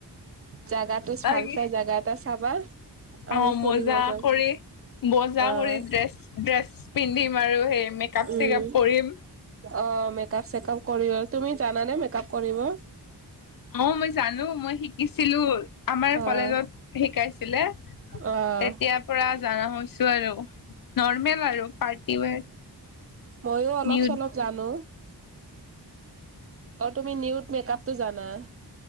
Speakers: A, on the right (about 35°); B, on the left (about 55°).
A: জাগাটো
B: তাকে
A: ভাল চাই, জাগা এটা চাবা। আমি
B: অ
A: ফুৰিব
B: মজা
A: যাম।
B: কৰি বজা
A: আহ
B: কৰি ড্ৰেছ ড্ৰেছ পিন্ধিম আৰু সেই মেকআপ
A: উম।
B: চেকআপ কৰিম
A: অ মেকাপ চেকাপ কৰিলৈ। তুমি জানানে মেকাপ কৰিব?
B: অ মই জানো মই শিকিছিলো। আমাৰ
A: অ'
B: কলেজত শিকাইছিলে। তেতিয়াৰ
A: অ'
B: পৰা জানা হৈছো আৰু নৰ্মেল আৰু পাৰ্টি ৱেৰ।
A: ময়ো অলপ
B: নিউড
A: চলপ জানো। অ তুমি নিউত মেকআপটো জানা।